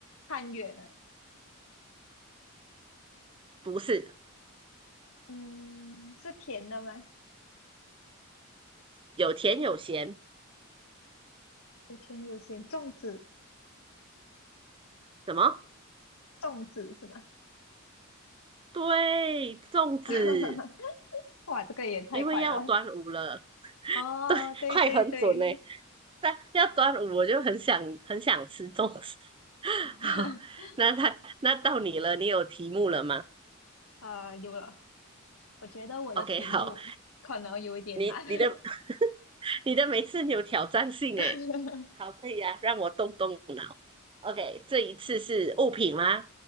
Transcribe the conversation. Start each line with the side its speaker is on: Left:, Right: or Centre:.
Left: 汉月呢？
Right: <laughs> 不是，
Left: 嗯，是甜的吗？
Right: 有甜有咸，
Left: 有甜有咸，粽子，
Right: 怎么？
Left: 粽子是吗？
Right: 对，粽子，
Left: <laughs> 哇，这个也太快了。
Right: 因为要端午了，
Left: 哦，
Right: <laughs>
Left: 对对对，
Right: 快很准呢、但要端午，我就很想很想吃粽子。<laughs>
Left: <laughs>
Right: 好，那他那到你了，你有题目了吗
Left: 啊、有了。我觉得我的题目可能有一点难。
Right: ？OK，好，你你的你的每次你有挑战性诶，
Left: <laughs>
Right: 好，可以啊，让我动动。OK，这一次是物品吗？